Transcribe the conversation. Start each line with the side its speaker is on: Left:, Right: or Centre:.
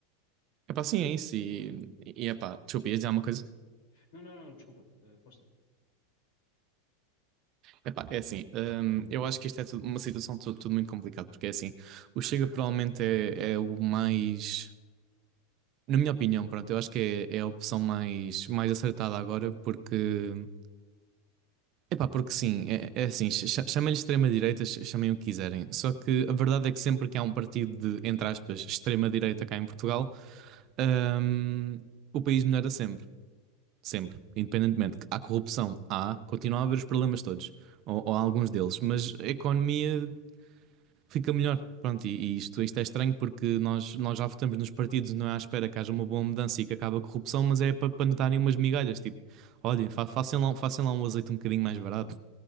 Right: Epá, sim,
Left: Isto.
Right: é isso. E, e epá, desculpa, ia dizer uma coisa.
Left: Não, não, não, desculpa, ah, força.
Right: Epá, é assim, hum, eu acho que isto é tudo- uma situação tudo, tudo muito complicada, porque é assim, o Chega provavelmente é, é o mais, na minha opinião, pronto, eu acho que é, é a opção mais, mais acertada agora, porque, epá, porque sim, é, é assim, cha- chamem-lhe extrema-direita, ch- chamem o que quiserem, só que a verdade é que sempre que há um partido de, entre aspas, extrema-direita cá em Portugal, hum, o país melhora sempre. Sempre, independentemente. Há corrupção, há, continua a haver os problemas todos, ou, ou alguns deles, mas a economia fica melhor. Pronto, e, e isto, isto é estranho porque nós, nós já votamos nos partidos, não é à espera que haja uma boa mudança e que acabe a corrupção, mas é para, para nos darem umas migalhas, tipo, olhem, fa façam lá, façam lá um azeite um bocadinho mais barato,